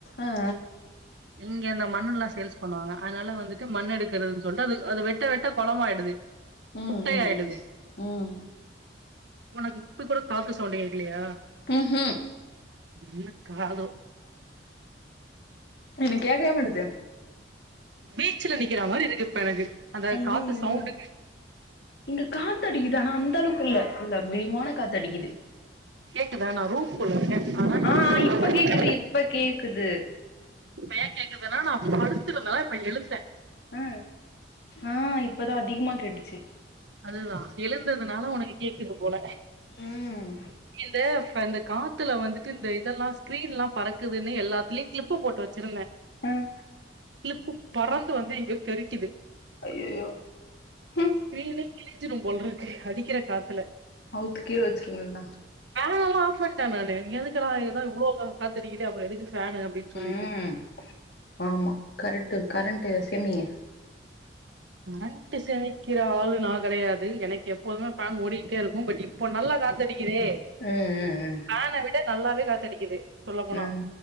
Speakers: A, on the left; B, on the right.
A: அ அ
B: இங்க அந்த மண்ணு எல்லா சேல்ஸ் பண்ணுவாங்க அதனால வந்துட்டு மண்ணு எடுக்கிறதுன் சொல்ட்டு அது அது வெட்ட வெட்ட கொளமாயிடுது
A: ம்
B: குட்டையாயிடுது
A: ம் ம் ம்
B: உனக்கு இப்ப கூட காத்து சவுண்டு கேக்கலையா
A: ம்ஹும்
B: என்ன காதோ
A: எனக்கு கேக்கயே மாட்டுது
B: பீச்ல நிக்கிற மாரி இருக்கு இப்ப எனக்கு அந்த
A: ஐயயோ
B: காத்து சவுண்டு
A: இங்க காத்தடிக்குது ஆனா அந்த அளவுக்கு இல்ல இல்ல மழிவமான காத்தடிக்குது
B: கேக்குதா நா ரூம் குள்ள இருக்க ஆனா இவ்ளோ
A: ஆ ஆ
B: சத்தோ
A: இப்ப கேக்குது இப்ப கேக்குது
B: இப்ப ஏ கேக்குதுன்னா நா படுத்துருந்தனா இப்ப எழுந்த
A: அ ஆ இப்பதா அதிகமா கேட்டுச்சு
B: அதுதா எழுந்ததுனால உனக்கு கேக்குது போல
A: ம்
B: இந்த இந்த காத் த்துல வந்துட்டு இந்த இதெல்லா ஸ்கிரீன்லா பறக்குதுன்னு எல்லாத்துலயு கிளிப் போட்டு வச்சிருந்தே
A: ம்
B: கிளிப்பு பறந்து வந்து இங்க தெரிக்குது
A: ஐயயோ ம்
B: ஸ்கிரீனே கிழிஞ்சிரும் போலருக்கு அடிக்கிற காத்துல
A: அவுத்து கீழ வச்சிருங்க இல்லனா
B: ஃபேன எல்லா ஆஃப் பண்ணிட்டே நானு எதுக்குடா ஏதா இவ்ளோ காத்தடிக்குது அப்புற எதுக்கு ஃபேனு அப்டினு சொல்ட்டு
A: ம் ஆமா கரட்டு கரண்ட்டு எசுனிய
B: கரண்டு சேமக்கிற ஆளு நா கெடையாது எனக்கு எப்போதுமே பேன் ஓடிக்கிட்டே இருக் கடி இப்போ நல்லா காத்தடிக்கிதே
A: ம் ம் ம்
B: ஃபேன விட நல்லாவே காத்தடிக்குது சொல்ல போனா
A: ம்